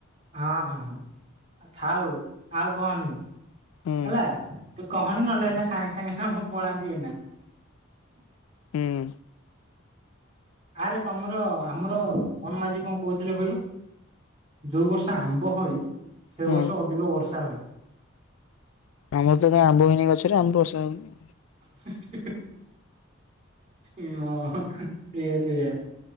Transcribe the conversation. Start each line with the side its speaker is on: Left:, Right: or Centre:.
Right: ହଁ, ହଁ, ହଁ ଥାଉ ଆଉ କହନି
Left: ହୁଁ
Right: ହେଲା। ତୁ କହନି ନହେଲେ ଏଇନା ସାଙ୍ଗେ ସାଙ୍ଗେ ମୁଁ ପଳାନ୍ତି ଏଇନା।
Left: ହୁଁ
Right: ଆରେ ତମର ଆମର ମୋହନ ମାଝୀ କଣ କହୁଥିଲେ କହିଲୁ? ଯୋଉ ବର୍ଷ ଆମ୍ବ ହୁଏ ସେ
Left: ହଁ
Right: ବର୍ଷ ଅଧିକ ବର୍ଷା ହୁଏ।
Left: ଆମର ତ କାଇଁ ଆମ୍ବ ହଇନି ଗଛରେ। ଆମ ବର୍ଷା ହଉନି।
Right: <unintelligible> ଇ ଅ ହଁ ସେଆ ସେଆ।